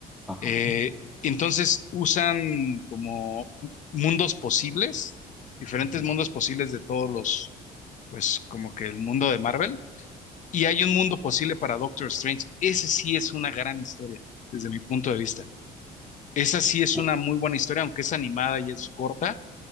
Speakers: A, in the centre; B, on the left.
A: Ajá,
B: Eh, entonces usan como mundos posibles, diferentes
A: ujú.
B: mundos posibles de todos los, pues como que el mundo de Marvel, y hay un mundo posible para Doctor Strange. Ese sí es una gran historia, desde mi punto de vista. Esa sí es
A: Bu-
B: una muy buena historia, aunque es animada y es corta